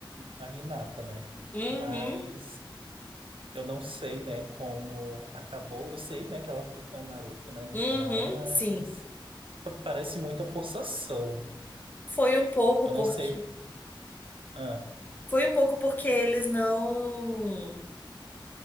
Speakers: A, on the right; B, on the left.
A: a Hinata, né?
B: Uhum,
A: Mas Eu não sei, né, como acabou. Eu sei, né, que ela fica com o Naruto, né, no
B: uhum,
A: final, mas
B: sim.
A: p- parece muita forçação.
B: Foi um pouco
A: Eu
B: porque
A: não sei. Ah,
B: foi um pouco porque eles não